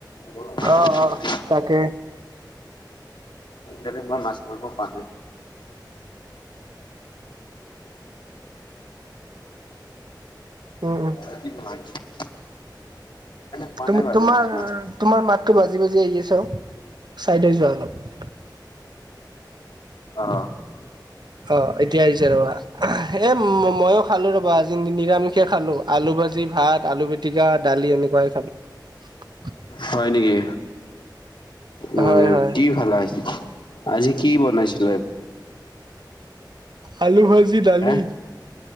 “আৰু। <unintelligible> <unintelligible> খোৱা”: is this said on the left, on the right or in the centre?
Left